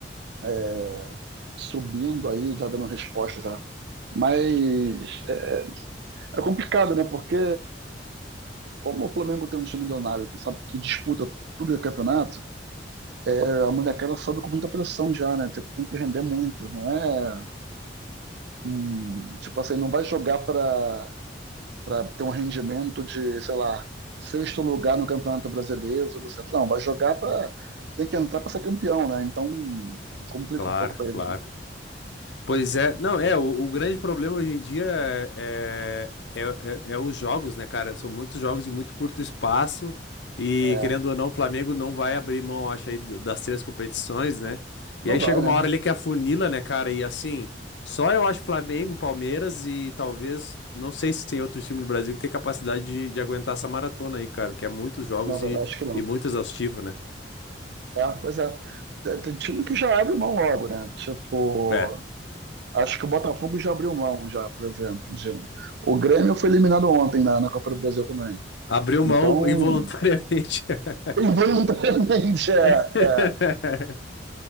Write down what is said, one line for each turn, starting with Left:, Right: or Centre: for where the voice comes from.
Right: é, subindo aí, já dando resposta já. Mas é, é complicado, né? Porque como o Flamengo tem um time milionário que sabe que disputa tudo o campeonato, é, a molecada sobe com muita pressão já, né? Tipo, tem que render muito, não é? hum, tipo assim, não vai jogar para para ter um rendimento de, sei lá, sexto lugar no Campeonato Brasileiro, tudo certo. Não, vai jogar para. Tem que entrar para ser campeão, né? Então complica
Left: Claro,
Right: um pouco para eles,
Left: claro.
Right: né?
Left: Pois é, não, é, o, o grande problema hoje em dia é, é, é, é os jogos, né, cara? São muitos jogos em muito curto espaço e,
Right: É,
Left: querendo ou não, o Flamengo não vai abrir mão, acho, aí d- das três competições, né?
Right: não
Left: E aí
Right: vai,
Left: chega
Right: né?
Left: uma hora ali que afunila, né, cara? E assim, só eu acho Flamengo, Palmeiras e talvez, não sei se tem outro time no Brasil que tem capacidade de, de aguentar essa maratona aí, cara, porque é muitos jogos
Right: Não, também
Left: e,
Right: acho que não.
Left: e muito exaustivo, né?
Right: É, pois é. Tem tem time que já abre mão logo, né? Tipo,
Left: É,
Right: acho que o Botafogo já abriu mão, já, por exemplo. de um. O Grêmio foi eliminado ontem na, na Copa do Brasil também.
Left: abriu
Right: Então,
Left: mão involuntariamente. <laughs>
Right: involuntariamente, <laughs> é,
Left: <laughs>
Right: é.